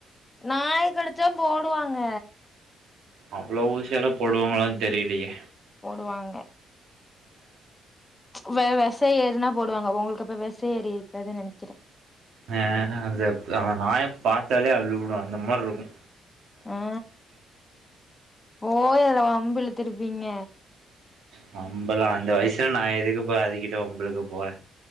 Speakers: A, on the left (about 20°); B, on the right (about 75°).
A: நாய் கடிச்சா போடுவாங்க
B: அவ்ளோ ஊசியலா போடுவாங்களானு தெரிலயே
A: போடுவாங்க வெ வெசோ ஏறுனா போடுவாங்க உங்களுக்கு அப்ப வெசோ ஏறிருக்காதுனு நெனைக்கிறே
B: ஆ ஹ அந்த நாய பாத்தாலே அள்ளுவிடு அந்த மாரிருக்கு
A: ஆ போயல வம்பு இழுத்துருப்பீங்க
B: வம்பலா அந்த வயசுல நா எதுக்குப்பா அதுக்கிட்ட வம்பிளுக்க போறே